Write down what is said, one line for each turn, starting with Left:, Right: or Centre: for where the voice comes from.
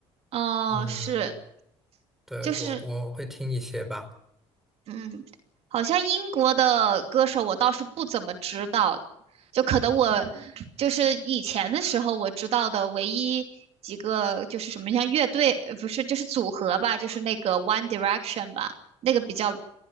Right: 哦，
Centre: 嗯，
Right: 是，
Centre: 对，
Right: 就是
Centre: 我我会听一些吧。
Right: 嗯，好像英国的歌手我倒是不怎么知道，就可能我就是以前的时候我知道的唯一几个就是什么像乐队，呃不是就是组合吧，就是那个 One Direction 吧，那个比较，